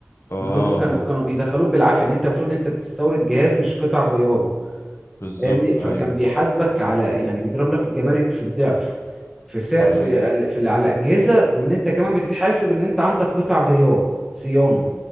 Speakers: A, on the left; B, in the centre.
A: اه
B: ما كانوا كانوا كانوا بيدخلوك بالعافيه يعني انت المفروض انت بتستورد جهاز مش قطع غياره
A: بالظبط
B: فاهمني فكان
A: ايوه
B: بيحاسبك على يعني بيضرب لك الجمارك في الضعف في سا...
A: تمام
B: في ال- في ال- على الاجهزه وان انت كمان بتتحاسب ان انت عندك قطع غيار صيانه